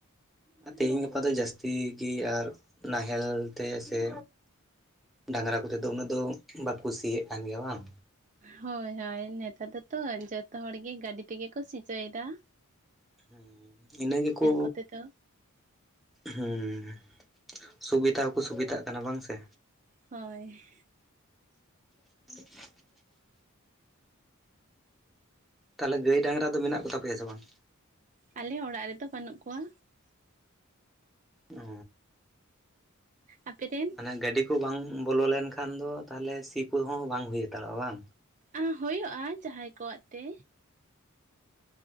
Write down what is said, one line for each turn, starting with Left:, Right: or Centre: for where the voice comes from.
Centre: ᱟ ᱛᱮᱦᱤᱧ ᱜᱟᱯᱟ ᱫᱚ ᱡᱟᱹᱥᱛᱤ ᱜᱤ ᱟᱨ ᱱᱟᱦᱮᱞ ᱛᱮ ᱥᱮ ᱰᱟᱝᱨᱟ ᱠᱚᱛᱮ ᱫᱚ ᱩᱱᱟᱹᱜ ᱫᱚ ᱵᱟᱠᱩ ᱥᱤᱭᱮᱜ ᱠᱟᱱ ᱜᱮᱭᱟ ᱵᱟᱝ?
Right: ᱦᱳᱭ ᱦᱳᱭ ᱱᱮᱛᱟᱨ ᱫᱚᱛᱚ ᱡᱚᱛᱚ ᱦᱚᱲ ᱜᱮ ᱜᱟᱹᱰᱤ ᱛᱮᱜᱮ ᱠᱚ ᱥᱤᱪᱚᱭᱫᱟ᱾
Centre: ᱦᱩ ᱤᱱᱟᱹ ᱜᱮᱠᱚ
Right: ᱠᱚᱛᱮ ᱫᱚ
Centre: ᱦᱩᱸ ᱥᱩᱵᱤᱛᱟ ᱦᱚᱸᱠᱚ ᱥᱩᱵᱤᱛᱟᱜ ᱠᱟᱱᱟ ᱵᱟᱝ ᱥᱮ?
Right: ᱦᱳᱭ
Centre: <inaudible> ᱛᱟᱞᱮ ᱜᱟᱹᱭ ᱰᱟᱝᱨᱟ ᱫᱚ ᱢᱮᱱᱟᱜ ᱠᱚ ᱛᱟᱯᱮᱭᱟ ᱥᱮ ᱵᱟᱝ?
Right: ᱟᱞᱮ ᱚᱲᱟᱜ ᱨᱮᱫᱚ ᱵᱟᱹᱱᱩᱜ ᱠᱚᱣᱟ᱾
Centre: ᱚ
Right: ᱟᱯᱮ ᱨᱮᱱ?
Centre: ᱢᱟᱱᱮ ᱜᱟᱹᱰᱤ ᱠᱚ ᱵᱟᱝ ᱵᱚᱞᱚ ᱞᱮᱱ ᱠᱷᱟᱱ ᱫᱚ ᱛᱟᱦᱞᱮ ᱥᱤ ᱠᱚᱦᱚᱸ ᱵᱟᱝ ᱦᱩᱭ ᱦᱟᱛᱟᱲᱚᱜᱼᱟ ᱵᱟᱝ?
Right: ᱟ ᱦᱩᱭᱩᱜᱼᱟ ᱡᱟᱦᱟᱸᱭ ᱠᱚᱣᱟᱜ ᱛᱮ᱾